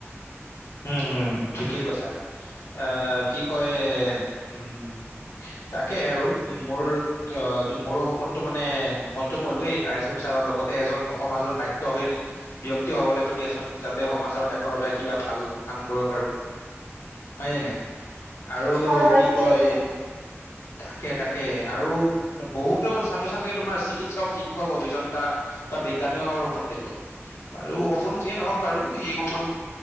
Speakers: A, on the left (about 75°); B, on the right (about 80°).
A: উম হম ঠিকে কৈছা, আহ কি কয় উম। তাকে আৰু মোৰ, অঁ মোৰো সপোনটো মানে মইতো ক'লোৱয়েই আই এছ অফিচাৰ হোৱা লগতে এজন সমাজৰ দায়িত্বশীল ব্যক্তি হব লাগিব দিয়াচোন যাতে সমাজৰ দেশৰ বাবে কিবা ভাল কাম কৰিব পাৰো, হয় ন নাই? আৰু
B: হয় হয়
A: কি
B: ঠিকেই
A: কয়?
B: কৈছা <inaudible>
A: তাকে তাকে আৰু বহুতো ছাত্ৰ ছাত্ৰ তোমাৰ চিকিৎসক, শিক্ষক, অভিযন্তা বা <unintelligible> হোৱাৰ সপোন দেখে। আৰু সপোন যিয়ে নহওক বাৰু সেই সপোন